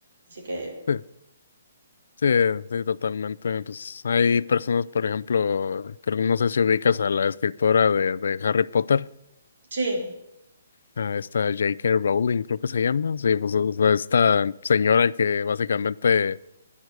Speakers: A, on the right; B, on the left.
A: Así que,
B: Sí, sí, sí, totalmente. Pues hay personas, por ejemplo, creo que no sé si ubicas a la escritora de, de Harry Potter.
A: sí.
B: a esta J.K. Rowling, creo que se llama. Sí, pues o sea, esta señora que básicamente,